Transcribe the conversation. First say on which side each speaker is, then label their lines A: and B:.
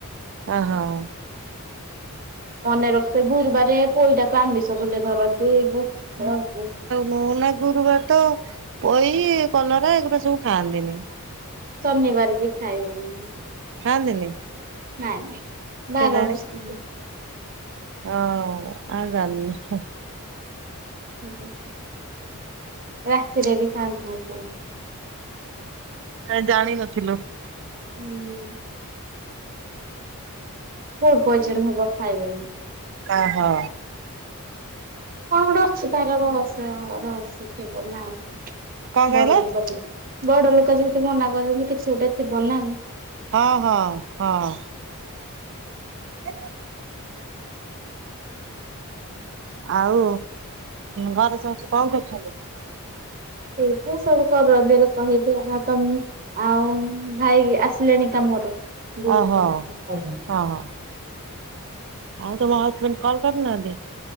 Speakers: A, on the right (about 55°); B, on the right (about 40°).
A: ହଁ, ହଁ
B: ମନେ ରଖିଥିବ ଗୁରୁବାର ପୋଇଟାକୁ ଆଇଁଷ ବୋଲି ଧରନ୍ତି।
A: ମୁଁ ନା ଗୁରୁବାର ତ ପୋଇ, କଲରା ଏଗୁରା ସବୁ ଖାଆନ୍ତିନି।
B: ଶନିବାର ବି ଖାଇବନି।
A: ଖାଆନ୍ତିନି?
B: ନାଇଁ ନାଇଁ ବାର
A: କେଜାଣି?
B: ଅନୁସାରେ
A: ହଁ ଆଉ ଜାଣିନି।
B: ହଁ ରାତିରେ ବି ଖାଆନ୍ତିୁନି କି
A: ଓହୋ ଜାଣିିନଥିଲୁ।
B: ହୁଁ। ଫୁଡ ପଏଜନ ହବ ଖାଇଲେନି।
A: ଓ ହୋ।
B: କଣ ଗୋଟେ ଅଛି ତାର ରହସ୍ୟ ରହସ୍ୟ ଥିବ ନା ଆଉ
A: କଣ କହିଲ?
B: ବଡ ଲୋକ ଯିବେ। ବଡ ଲୋକ ଯେମିତି ମନା କରଛନ୍ତି କିଛି ଗୋଟେ ଥିବନା ଆଉ।
A: ହଁ, ହଁ। <unintelligible> ଆଉ ଘରେ ସମସ୍ତେ କଣ କରୁଛନ୍ତି?
B: ସେଇ ସବୁ କର ଦେଲେ କହିବେ ଆଉ ତମେ ଆଉ ଭାଇ ଆସିଲେଣି କାମରୁ? <inaudible>
A: ଓହୋ ହଁ ହଁ ଆଉ ତମ ହଜବେଣ୍ଡ କଲ କରିନାହାନ୍ତି?